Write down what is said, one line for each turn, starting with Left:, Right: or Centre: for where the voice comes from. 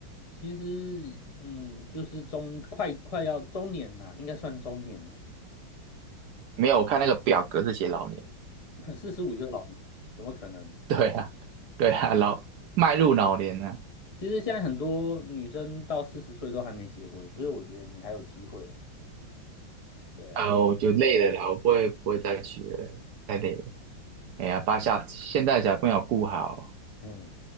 Left: 其实嗯，就是中快快要中年啦，应该算中年了，
Right: 没有，我看那个表格是写老年，
Left: <laughs> 四十五就是老年，怎么可能？
Right: <laughs> 对啊，对啊，老迈入老年了
Left: 其实现在很多女生到四十岁都还没结婚，所以我觉得你还有机会的，对啊，
Right: 啊，我就累了啦，我不会不会再娶了，太累了。哎呀，把小现在小朋友顾好，
Left: 嗯。